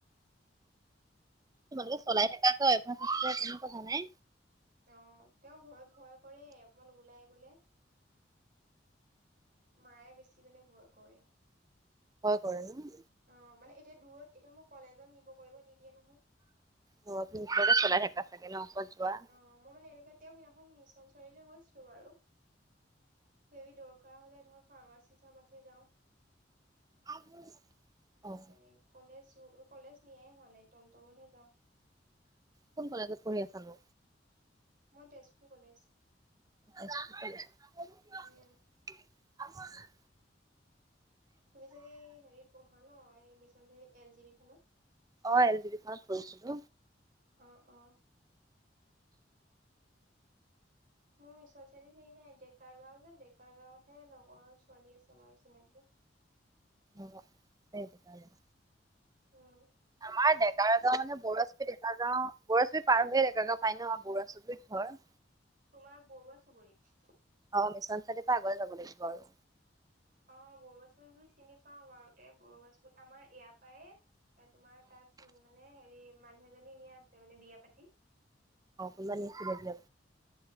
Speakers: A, on the right; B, on the right.
A: তোমালোকে চলাই থাকা ন অভ্যাস আছে কোনো কথা নাই।
B: অ তেওঁ ঘৰত ভয় কৰে অকমান ওলাই গলে। মায়ে বেছি বোলে ভয় কৰে।
A: ভয় কৰে ন
B: অ মানে এতিয়া দূৰত এতিয়া মোক কলেজত নিব কৰিব নিদিয়ে নহয়
A: অ তুমি মানে চলাই থকা চাগে ন কৰবাত যোৱা
B: অ মই মানে এনেকোৱা তেও সেইদিনাখন মিছন চাৰিআলিলে গৈছিলো বাৰু কিবা দৰকাৰ কৰা হলে ধৰ ফাৰ্মাচী চাৰ্মাচী যাওঁ।
A: <unintelligible>
B: তেনে কলেজ কলেজ নিয়াই হোৱা নাই টমটমতহে যাওঁ।
A: কোন কলেজত পঢ়ি আছা নো?
B: মই তেজপুৰ কলেজ।
A: <unintelligible>
B: উম তুমি চাগে এই হেৰিত পঢ়া ন এই mission Chariali L G B খনত
A: অ এল জি বিখনত পঢ়িছিলো।
B: অ অ মোৰ মিছল চাৰিআলিত হেৰি নাই ডেকাৰ গাঁও যে ডেকাৰ গাঁওতহে লগৰ ছোৱালী আছে বাৰু চিনাকি
A: অ সেইটো আৰু
B: উম
A: আমাৰ ডেকা গাঁও মানে বৰুৱাচোবুৰি ডেকা গাঁও। বৰুৱা চুবোৰি পাৰ হৈ ডেকাগাওঁ পায় নহ বৰুৱাচুবোৰিত ঘৰ
B: তোমাৰ বৰুৱা চুবুৰীত।
A: অ মিছন চাৰিআলিৰ পৰা আগলে যাব লাগিব আৰু
B: অ বৰুৱা চুবুৰী চিনি পাওঁ বাৰু এ বৰুৱা চুবুৰী আমাৰ এইয়া পাইয়ে তোমাৰ তাত মানে হেৰি মানুহ এজনী নিয়া আছে মানে বিয়া পাতি।
A: অ কোনোবা নিছিলে বোলে